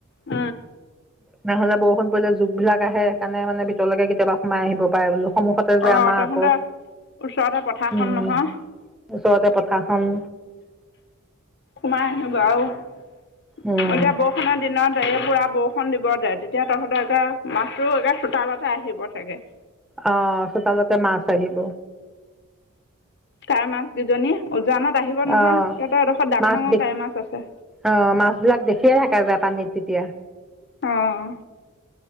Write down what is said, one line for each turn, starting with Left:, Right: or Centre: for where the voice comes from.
Left: উ,
Centre: নহলে বৰষুণ পৰিলে জুগবিলাক আহে, সেইকাৰণে মানে ভিতৰলৈকে কেতিয়াবা সোমাই আহিব পাৰে বোলো। সন্মুখতে যে
Left: আহ,
Centre: আমাৰ
Left: তহঁতে
Centre: আকৌ
Left: ওচৰতে পথাৰখন
Centre: উম
Left: নহয়।
Centre: ওচৰতে পথাৰখন
Left: সোমাই আহিব আৰু, এতিয়া
Centre: উম
Left: বৰষুণৰ দিনত পুৰা বৰষুণ দিব যে, তেতিয়া তহঁতৰে মাছটো একে চোতালতে আহিব থাকে।
Centre: আহ, চোতালতে মাছ আহিব।
Left: কাৱৈ মাছ দুজনী উজানত আহিব নহয়
Centre: আহ
Left: তহঁতৰ এডোখত ডাঙৰ-ডাঙৰ
Centre: মাছ দে
Left: কাঁৱৈ মাছ আছে।
Centre: অ মাছ বিলাক দেখিয়ে থকা যায় পানীত তেতিয়া
Left: আহ,